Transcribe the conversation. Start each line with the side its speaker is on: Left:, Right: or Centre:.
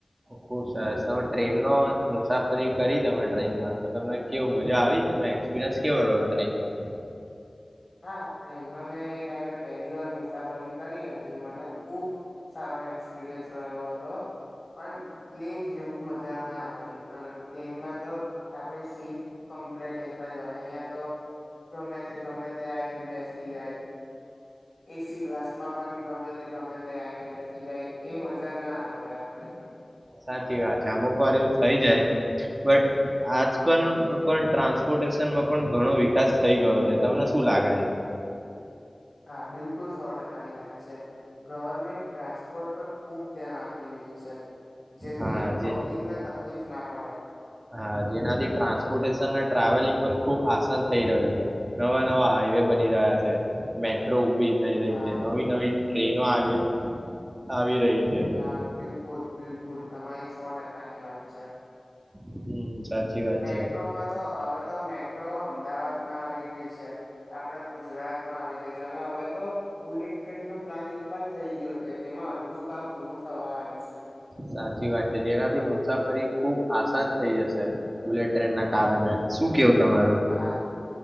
Right: ખુબ સરસ તમે ટ્રેનનો મુસાફરી કરી તમે ટ્રેનમાં તો તમને કેવું મજા આવી તમે એક્સપિરિયન્સ કેવો રહો ટ્રેનમાં.
Left: હા ટ્રેનમાં મેં એ ટાઈમે પહેલી વાર મુસાફરી કરી હતી મને ખુબ સારો એક્સપિરિયન્સ રહ્યો હતો પણ પ્લેન જેવું મજા ના આવી પણ પ્લેનમાં તો આપડી સીટ કમ્પ્લીટ એક જ હોય અહીિયાંયા તો ગમે તે ગમે. આવીઈને બેસી જાય એસી ક્લાસ માં પણ ગમે તે ગમે તે આવીઈને બેસી જાય એ મજા ના આવે આપણેે.
Right: સાચી વાત છે અમુક વાર એવું થઈ જાય બટ આજકાલ પણ ટ્રાન્સપોર્ટેશનમાં પણ ઘણો વિકાસ થઈ ગયો છે તમને શું લાગે છે.
Left: હા બિલકુલ સો ટકાની વાત છે ગવર્મેન્ટ ટ્રાન્સપોર્ટ પર ખુબ ધ્યાન આપી રહી છે. જેથી
Right: હા
Left: પબ્લિકને
Right: જે
Left: તકલીફ ના પડે.
Right: હા જેનાથી ટ્રાન્સપોર્ટેશન અને ટ્રાવેલિંગ પણ ખુબ આસાન થઈ રહ્યું છે નવા નવા હાઈવે. બની રહ્યા છે મેચ. રો. વી થઈ રહી
Left: હા
Right: છે નવી નવી. એનો આવી આવી. રહી છે
Left: હા બિલકુલ. બિલકુલ તમારી સો ટકાની વાત છે.
Right: હમ સાચી વાત
Left: મેટ્રોમાં
Right: છે
Left: તો હવે. અમદાવાદમાં આવી ગઈ છે આપણે ગુજરાત માં આવી ગઈ છે અને હવે તો બુલેટ ટ્રેન નું પ્લાનિંગ પણ થઇ ગયું છે જેમાં અધરું કામ પૂરું થવા આવ્યું છે.
Right: સાચી વાત છે જેનાથી મુસાફરી ખુબ આસાન થઇ જશે બુલેટ ટ્રેન ના કારણે શું કેવ. તમારો.
Left: આ